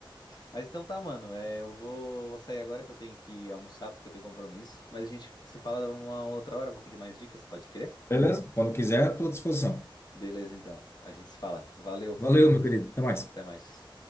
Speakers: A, on the left (about 50°); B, on the left (about 30°).
A: Mas então tá, mano. É, eu vou, vou sair agora que eu tenho que almoçar porque eu tenho compromisso. Mas a gente se fala uma outra hora. Vou pedir mais dicas, pode crer?
B: Beleza? Quando quiser, estou à disposição.
A: Beleza, então. A gente se fala. Valeu.
B: Valeu, meu querido. Até mais.
A: Até mais.